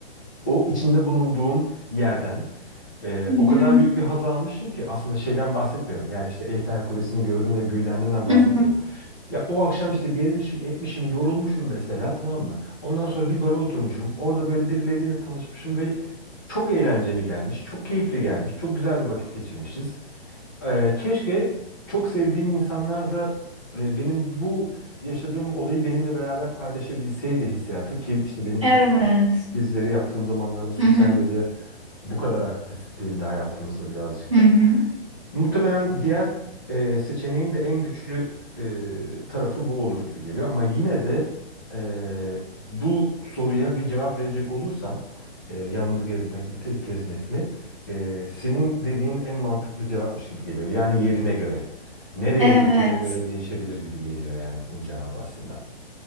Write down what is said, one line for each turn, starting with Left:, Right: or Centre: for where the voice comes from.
Left: o içinde bulunduğum yerden e,
Right: Hı hı.
Left: o kadar büyük bir haz almışım ki aslında şeyden bahsetmiyorum. Yani işte Eyfel Kulesi'ni gördüm ve büyülendiğimden bahsetmiyorum.
Right: Hı hı.
Left: Ya o akşam işte gezmişim, etmişim, yorulmuşum mesela tamam mı? Ondan sonra bir bara oturmuşum. Orada böyle birileriyle tanışmışım ve çok eğlenceli gelmiş, çok keyifli gelmiş, çok güzel bir vakit geçirmişiz. Ee, keşke çok sevdiğim insanlar da e, benim bu yaşadığım olayı benimle beraber paylaşabilseydi hissiyatı ki işte benim
Right: Evet.
Left: bu gezileri yaptığım zamanlarda sosyal
Right: Hı hı.
Left: medya bu kadar aktif değildi hayatımızda birazcık
Right: Hı hı.
Left: da. Muhtemelen diğer e, seçeneğin de en güçlü e, tarafı bu olur gibi geliyor. Ama yine de e, bu soruya bir cevap verecek olursam e, yalnız gezmek mi tek gezmek mi? E, senin dediğin en mantıklı cevapmış gibi geliyor. Yani yerine göre. Nereye
Right: Evet.
Left: gittiğine göre değişebilir gibi geliyor yani bunun cevabı aslında.